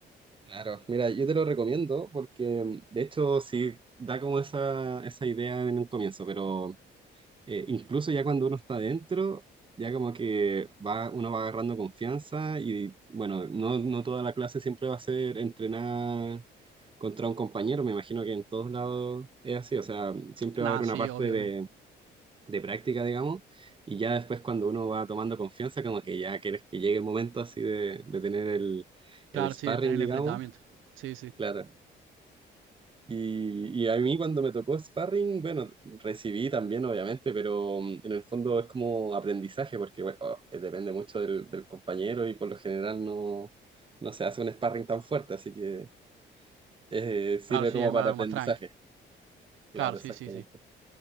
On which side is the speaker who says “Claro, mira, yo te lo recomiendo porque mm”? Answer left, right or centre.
Right